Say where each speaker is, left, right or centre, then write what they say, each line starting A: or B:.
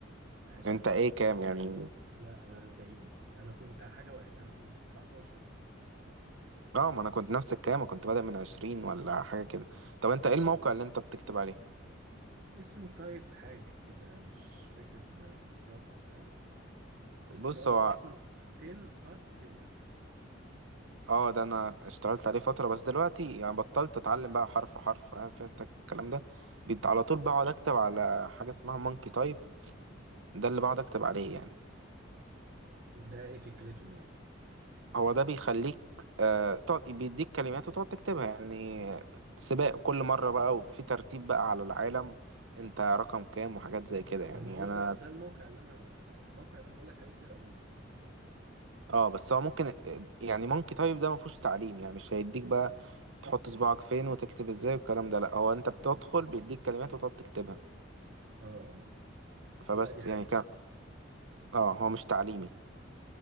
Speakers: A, on the right; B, on the right.
A: عاش
B: انت
A: عليك
B: ايه كام يعني
A: لا انا 40 انا كنت حاجة وع... انا كنت 19
B: اه ما انا كنت نفس الكلام كنت بادئ من
A: اه
B: عشرين ولا حاجه كده
A: آه.
B: طب انت ايه الموقع اللي انت بتكتب عليه
A: اسمه طيب حاجة كده مش فاكر آه، بالظبط آه، اسمه
B: بص
A: اه
B: هو
A: اسمه 10 فاست فينجرز
B: اه ده انا اشتغلت عليه فترة بس دلوقتي يعني بطلت اتعلم بقى حرف حرف فاهم في انت الكلام ده بيت
A: اه
B: على طول بقعد اكتب على حاجة اسمها مونكي تايب ده اللي بقعد اكتب عليه يعني
A: ده ايه فكرته
B: هو ده بيخليك آه تقعد بيديك كلمات وتقعد تكتبها يعني سباق كل
A: يعني
B: مرة بقى وفي ترتيب بقى على العالم انت رقم كام وحاجات زي كده يعني
A: طب ما هو
B: انا
A: ده ده الموقع اللي انا الموقع اللي انا بقول لك عليه كده برضو
B: اه بس هو ممكن يعني مونكي تايب ده مفهوش تعليم يعني مش هيديك بقى تحط صباعك فين وتكتب ازاي والكلام ده لا هو انت بتدخل
A: اه
B: بيديك كلمات وتقعد تكتبها
A: اه اه
B: فبس
A: لا دي حاجة
B: يعني كان اه هو مش تعليمي